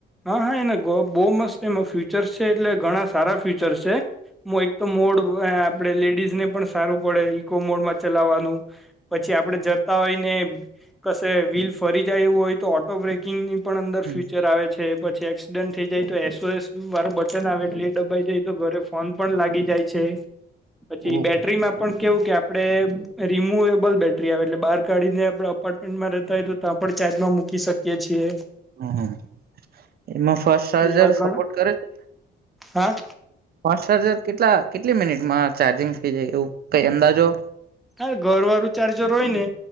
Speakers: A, in the centre; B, on the right.
A: હા હા એને બહુ મસ્ત એમાં ફ્યુચર છે એટલે ઘણા સારા ફ્યુચર છે. હ એક તો મોડ આપડે લેડીઝ ને પણ સારું પડે ઈકો મોડમાં ચલાવવાનું પછી આપડે જતા હોયને કશે વ્હીલ ફરી જાય એવું હોય તો ઓ બ્રેકિંગની પણ અંદર
B: હમ.
A: ફ્યુચર આવે છે પછી એક્સિડન્ટ થઈ જાય તો એસોએસ વારું બટન આવે એટલે ડબાઈ જાય તો ઘરે ફોન પણ લાગી જાય છે પછી
B: ઓકે.
A: બેટ ટ્રીમાં પણ કેવું કે આપડે રિમુવેબલ બેટરી આવે એટલે બાર કાઢીને આપડે અપાર્ટમેન્ટમાં રેતા હોય તો તાં પણ ચાર્જ માં મૂકી શકીએ છીએ.
B: હમ. એમાં ફાસ
A: એટલે
B: ચાર્જર
A: એવા ઘણા
B: સપોર્ટ કરે છે?
A: હા
B: ફાસ ચાર્જર કેટલા કેટલી મિનિટમાં ચાર્જિંગ થઈ જાય એવું કઈ અંદાજો
A: હા ઘર વારુ ચાર્જર હોય ને